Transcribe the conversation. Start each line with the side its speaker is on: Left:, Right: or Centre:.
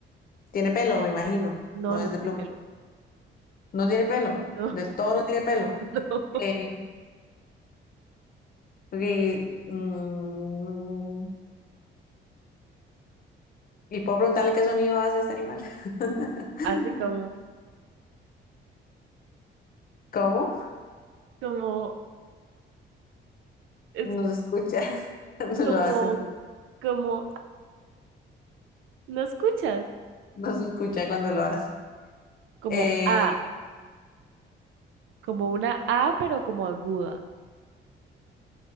Left: tiene pelo, me imagino.
Right: No,
Left: No
Right: no
Left: es
Right: tiene
Left: de pluma.
Right: pelo.
Left: No tiene pelo.
Right: No,
Left: Del todo no tiene pelo.
Right: <laughs> no.
Left: Eh, y, mm, y puedo preguntarle qué sonido hace este animal. <laughs>
Right: hace como...
Left: ¿Cómo?
Right: Como, es
Left: No se escucha <laughs> cuando
Right: como,
Left: lo hace. No,
Right: como, ¿no escuchas?
Left: no se escucha cuando lo hace.
Right: Como
Left: Eh,
Right: A, como una A, pero como aguda.